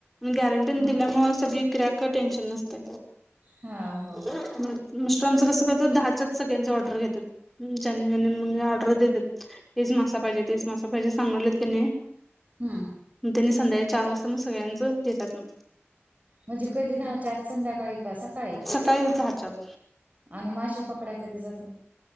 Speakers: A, in the centre; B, on the right.
A: गॅरंटी
B: हा
A: दिल्यामुळे सगळी ग्रॅक टेन्शन नसते.
B: हा हो
A: हम्म. मिस्टरांचा कसं करत दहाच्याच सगळ्यांच ऑर्डर घेतात जनी ज म्हणजे ऑर्डर देतात. तेच मासा पाहिजे तेच मासा पाहिजे सांगलेत क नाही.
B: हम्म
A: मग त्यांनी संध्याकाळी चार वाजता मग सगळ्यांच देतात मग
B: म्हणजे कधी दहाच्या आज संध्याकाळी का सकाळी?
A: सकाळी दहा चा आत.
B: आणि मासे पकड्या कधे जातील?